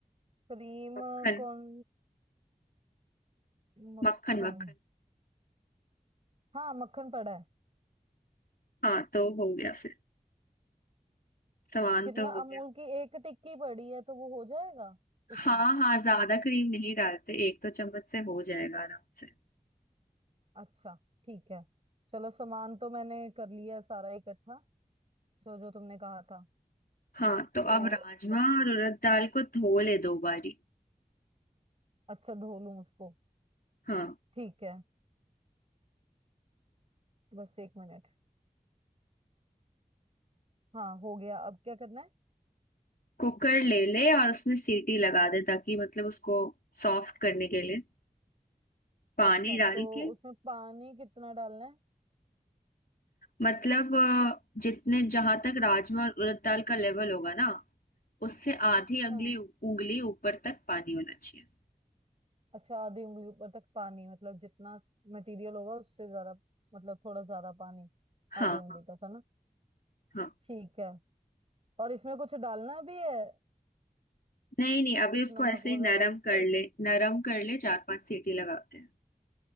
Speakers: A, on the right; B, on the left.
A: क्रीम
B: मक्खन
A: कौन मक्खन
B: मक्खन मक्खन
A: हाँ मक्खन पड़ा है
B: हाँ तो हो गया फिर सामान
A: कितना
B: तो हो
A: अमूल
B: गया
A: की एक टिक्की पड़ी है तो वो हो जाएगा उसमें
B: हाँ हाँ ज्यादा क्रीम नहीं डालते एक दो चम्मच से हो जाएगा आराम से
A: अच्छा ठीक है चलो सामान तो मैंने कर लिया है सारा इकट्ठा जो जो तुमने कहा था
B: हाँ तो
A: तो
B: अब राजमा
A: अब-
B: और उड़द दाल को धो ले दो बारी
A: अच्छा धो लूं उसको
B: हाँ
A: ठीक है बस एक मिनट हाँ हो गया अब क्या करना है
B: कुकर ले ले और उसमें सीटी लगा दे ताकि मतलब उसको सॉफ्ट करने के लिए पानी
A: अच्छा
B: डाल
A: तो
B: के
A: उसमें पानी कितना डालना है
B: मतलब अ, जितने जहां तक राजमा और उड़द दाल का लेवल होगा ना उससे आधी
A: हाँ
B: अंगली उंगली ऊपर तक पानी होना चाहिए
A: अच्छा आधी उंगली ऊपर तक पानी मतलब जितना मटेरियल होगा उससे ज्यादा मतलब थोड़ा ज्यादा पानी आधी
B: हाँ
A: उंगली
B: हाँ
A: तक है ना
B: हाँ
A: ठीक है और इसमें कुछ डालना भी है
B: नहीं नहीं अभी
A: कुछ
B: उसको
A: नमक
B: ऐसे ही
A: वगैरह
B: नरम
A: के
B: कर
A: ऐसे
B: ले नरम कर ले चार पांच सीटी लगा के